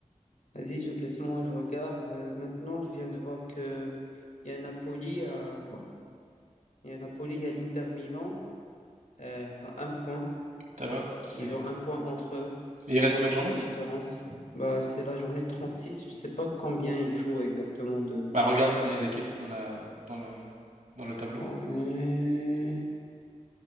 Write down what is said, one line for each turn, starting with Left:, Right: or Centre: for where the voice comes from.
Left: Vas-y, je- laisse-moi, je regarde. Euh, maintenant, je viens de voir que il y a Napoli, à- il y a Napoli, il y a l'Inter Milan euh, à un point.
Right: ça va? C'est...
Left: Ils ont un point entre eux.
Right: Et il reste combien de journées?
Left: de différence. Bah, c'est la journée trente six Je sais pas combien il joue exactement de.
Right: Bah regarde combien il y a d'équipes dans la, dans le, dans le tableau.
Left: Ouais,